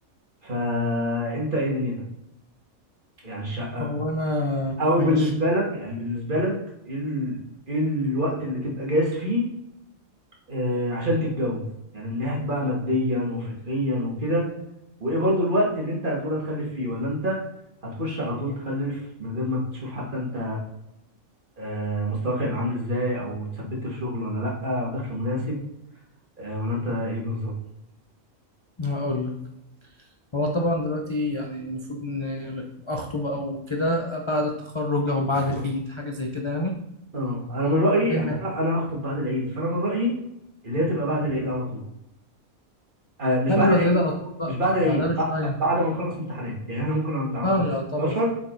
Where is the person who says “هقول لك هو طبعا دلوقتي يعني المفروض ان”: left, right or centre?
Left